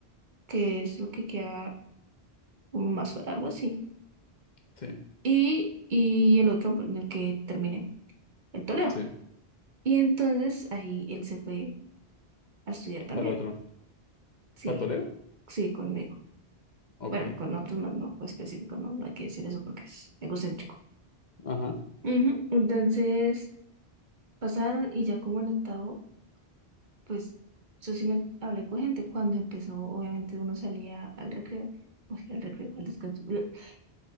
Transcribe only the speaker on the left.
sí,
sí.
Para otro.
¿Para el Toleo?
Ok.
Ajá.